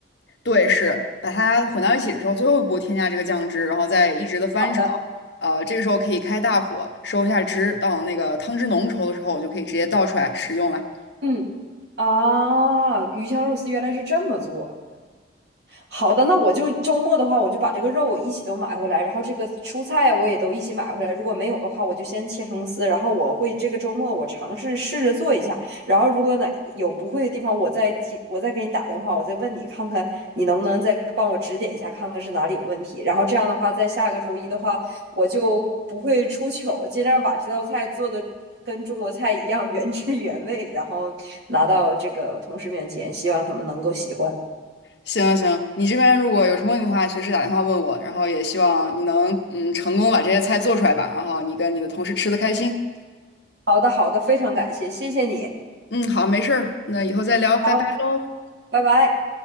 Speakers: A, on the left; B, on the right.
A: 对，是把它混到一起的时候，最后一步添加这个酱汁，然后再一直的翻炒。
B: 好的，
A: 呃，这个时候可以开大火收一下汁，到那个汤汁浓稠的时候，我就可以直接倒出来食用了。
B: 嗯，啊，鱼香肉丝原来是这么做。好的，那我就周末的话，我就把这个肉我一起都买回来，然后这个蔬菜我也都一起买回来。如果没有的话，我就先切成丝，然后我会这个周末我尝试试着做一下。然后如果哪有不会的地方，我再记，我再给你打电话，我再问你看看你能不能再帮我指点一下，看看是哪里有问题。然后这样的话，在下个周一的话，我就不会出糗，尽量把这道菜做的跟中国菜一样原汁原味，然后拿到这个同事面前，希望他们能够喜欢。
A: 行行，你这边如果有什么问题的话，随时打电话问我。然后也希望你能嗯成功把这些菜做出来吧，然后你跟你的同事吃的开心。
B: 好的，好的，非常感谢，谢谢你。
A: 嗯，好，没事儿，那以后再聊，拜拜喽。
B: 好，拜拜。